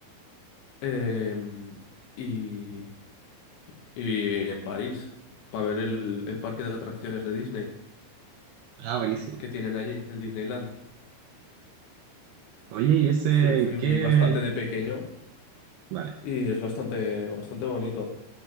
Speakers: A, on the left; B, on the right.
A: em, y, y en París, para ver el, el parque de atracciones de Disney
B: Ah, buenísimo.
A: que tienen allí, el Disneyland.
B: Oye, ¿y ese
A: Fui, fui
B: en qué?
A: bastante de pequeño
B: Vale.
A: y es bastante, bastante bonito.